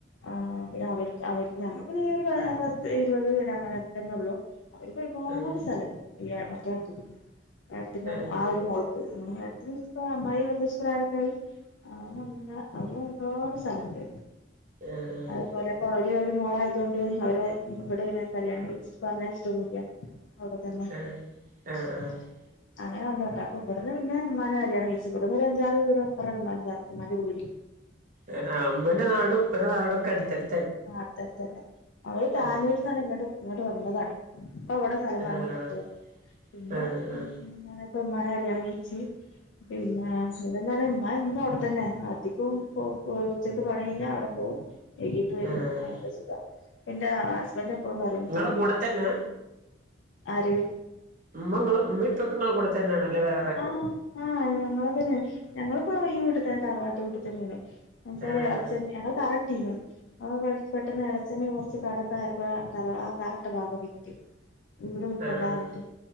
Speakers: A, on the left; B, on the right.
A: ആഹ് പിന്നെ അവര്ക് അവര്ക്ക് ഞങ്ങക്ക് പിന്നെ ഒരു പത്ത് ഇരുപത് പേരെ അങ്ങനെക്കെത്തെന്നെയുള്ളു. അവര്ക്ക് ഒരുപാട്
B: ആഹ്
A: സ്ഥലണ്ട് ഈ മറ്റേ ഏടത്തിക്കെന്നെ ഏടത്തിന്റെ
B: ആഹ്
A: ആ ഒരു മോള്ക്ക് ഏട്ത്തിന്റെ ഇപ്പൊ അമ്മായി ഏകദേശം പ്രയക്കായി <unintelligible> അവര് ഒരുപാട് സ്ഥലണ്ട്
B: ആഹ് ആഹ്
A: അതേപോലെ ഇപ്പ അവര് ഒര് മോളായതോണ്ട് അവരെ ഇവിടെയാണ് കല്യാണം കഴിച്ചിട്ട് പറഞ്ഞയച്ചിട്ടൊന്നുല്ലാ. അവിടെ തന്നെ
B: ആഹ് ആഹ്
A: അങ്ങനെ
B: ആഹ്
A: അങ്ങനെ വന്നാട്ടോ അപ്പൊ ഇവിടുന്ന് പിന്നെ ഉമ്മാനെ കല്യാണം കഴിച്ച് ഇവിടുന്നൊരു അഞ്ചാറ് വീടപ്പറണ് ഉമ്മാന്റെ തറ ഉമ്മാൻ്റെ വീട്.
B: ആഹ് ആഹ് ഇമ്മന്റെ നാടും ഉപ്പന്റെ നാടും ഒക്കെ അടുത്തട്
A: ആഹ് അടുത്തടുത്തന്നെ അവള് താന്നൂര്ന്നാണ്
B: ആഹ്
A: ഇങ്ങട്ട് വന്നതാണ്. ഇപ്പൊ ഇവിടെ സ്ഥലം
B: ആഹ്
A: വാങ്ങിട്ത്തു പിന്നെ
B: ആഹ് ആഹ്
A: ഉം അങ്ങനെ ഇപ്പം ഉമ്മാനെ കല്യാണം കഴിച്ച് പിന്നാ അതെന്നെയാണ് ഉമ്മ എന്നും അവിടെത്തന്നെ അധികോം ഇപ്പൊ ഉച്ചക്ക് പണി കഴിഞ്ഞാ അവിടെ പോവും <unintelligible> ട്ട് വെരും
B: ആഹ്
A: അതുകൊണ്ട് സുഖാ ഇപ്പ എന്റെ ഹസ്ബൻഡ് എപ്പഴും പറയും
B: നിങ്ങളെ
A: പിന്നാ
B: കൂടെ തന്നെ
A: ആര്
B: ഉമ്മങ്ങളെ ഉമ്മേം ഉപ്പെക്കെങ്ങളെ കൂടെ തന്നെയാണല്ലേ വേ
A: ആഹ് ആഹ് ഞങ്ങളെ തന്നെ ഞങ്ങളിപ്പോ ഈ വീട്ട് തന്നെ തറവാട്ട് വീട്ടി തന്നെയാണെ <unintelligible>
B: ആഹ്
A: എളച്ഛൻ ഞങ്ങള് തറട്ടീന്ന് അപ്പം പെട്ടെന്ന് എളേച്ഛന് ഹോ ച്ച് കടക്കെ ആയപ്പൊ തറ ആഹ് തറട്ട ഭാഗം വിറ്റ് ഇവടെ വിക്കണ്ടാന്ന്
B: ആഹ് ആഹ്
A: പറഞ്ഞിട്ട്